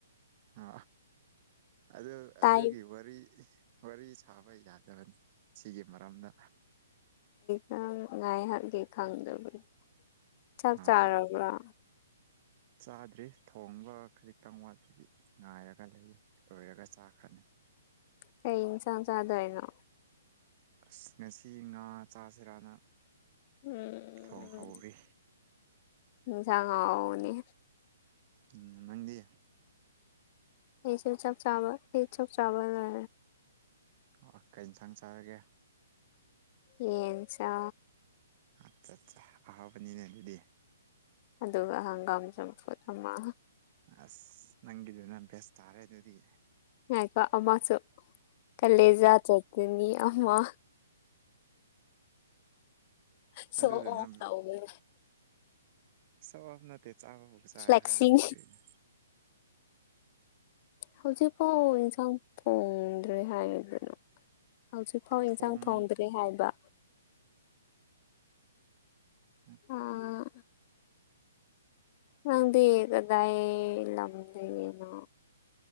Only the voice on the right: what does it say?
ꯑ ꯑꯗꯨ
ꯑꯗꯨꯒꯤ ꯋꯥꯔꯤ ꯋꯥꯔꯤ ꯁꯥꯕ ꯌꯥꯗꯕꯅꯤ ꯁꯤꯒꯤ ꯃꯔꯝꯗ
ꯑꯥ
ꯆꯥꯗ꯭ꯔꯤ ꯊꯣꯡꯕ ꯈꯖꯤꯛꯇꯪ ꯋꯥꯠꯄꯗꯤ ꯉꯥꯏꯔꯒ ꯂꯩꯌꯦ ꯂꯣꯏꯔꯒ ꯆꯥꯈ꯭ꯔꯅꯤ <inaudible>
ꯑꯁ ꯉꯁꯤ ꯉꯥ ꯆꯥꯁꯤꯔꯥꯅ
ꯊꯣꯡꯍꯧꯔꯤ
ꯎꯝ ꯃꯪꯗꯤ
ꯑꯣ ꯀ ꯏꯟꯁꯥꯡ ꯆꯥꯔꯒꯦ
ꯑꯠ ꯑꯠꯆꯥ ꯐꯕꯅꯤꯅꯦ ꯑꯗꯨꯗꯤ
ꯑꯁ ꯅꯪꯒꯤꯗꯨꯅ ꯕꯦꯁ ꯇꯥꯔꯦ ꯑꯗꯨꯗꯤ
ꯑꯗꯨꯗ ꯑꯗꯨ
ꯅ
ꯁꯕ ꯅꯠꯇꯦ ꯆꯥꯕꯕꯨꯥꯎ ꯆꯥꯏ
ꯍꯥꯏꯕꯅꯤ ꯀꯅꯣ
ꯊꯣꯡ
ꯎꯝ